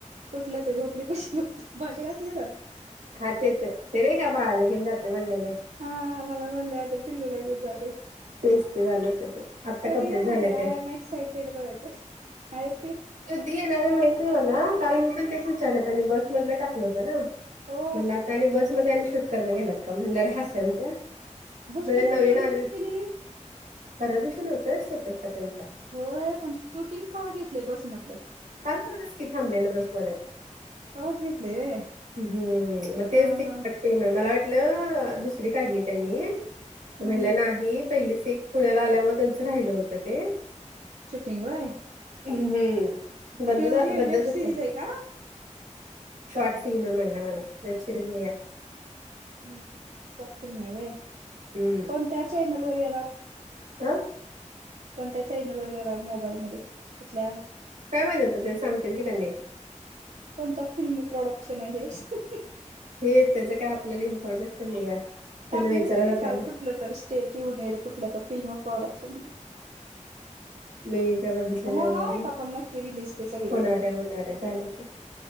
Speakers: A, on the right; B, on the right.
A: कुठलं ते झोपडी पशी भांडी घासलेलं?
B: हा तेच हायतं ते नाय का बाळाला घेऊन जाते म्हणलेलेत.
A: हा हा मला म्हणलेले पिल्लूला घेऊन जाते.
B: तेच ते वालंच ते आत्ता
A: कधी
B: कंप्लीट
A: येणार
B: झालंय
A: आहे, आय
B: ते
A: एम एक्सायटेड बघायचं? <unintelligible>
B: ती येणारे माहित नाही, मला काल मी पण तेच विचारलं त्यांनी बस मधलं टाकलं होतं ना?
A: हो.
B: म्हणलं आता आणि बस मध्ये आणि शूट करायला, गेलात का म्हणल्यावर हसालतं.
A: बसमध्ये
B: म्हणजे नवीन
A: आणि कधी
B: आलं
A: शूट केली
B: परवा दिवशी नव्हता होय स्टेटसला त्यांचा.
A: होय, पण शूटिंग कव्हा घेतलंय बस मधलं.
B: काल परवाच की थांबलेलं बस मध्ये
A: तवाच घेतलंय व्हय
B: ह हम्म त तेच
A: हा
B: ते
A: हा
B: ते मला वाटलं दुसरी काढली, त्यांनी ते
A: हम्म
B: म्हटलं नाहीत. पहिलीच एक पुण्याला आल्यामुळे त्यांच राहिलं होतं ते
A: शुटिंग व्हय.
B: हम्म बंद
A: केवढी
B: झा
A: आहे
B: बंद
A: वेब सिरीज
B: <unintelligible>
A: आहे का
B: शॉर्ट फिल्म म्हणलं मला वेब सिरीज नाही या.
A: हम शॉट फील्म आहे होय,
B: हम्म
A: कोणत्या चायनल वर येणार?
B: अह
A: कोणत्या चॅनल वर येणार मोबाईल मध्ये कुठल्या?
B: काय माहितीेतं ते सांगतील की त्यांनी.
A: कोणता फिल्म प्रोडक्शन आहे हे?
B: हे त्याच काय आपल्याला इन्फॉर्मेशन नाहीत, या त्यांना
A: टाकली
B: विचारायला
A: होती की काल
B: पाहिजे.
A: कुठलं तर स्टेट येऊन येईल कुठलं तर फिल्म प्रोडक्शन्स?
B: मी काय बघितलं नाही
A: होणार
B: एवढं
A: आहे का, पण नक्की रिलीस ते सगळीकडं?
B: होणार आहे होणार आहे झाले की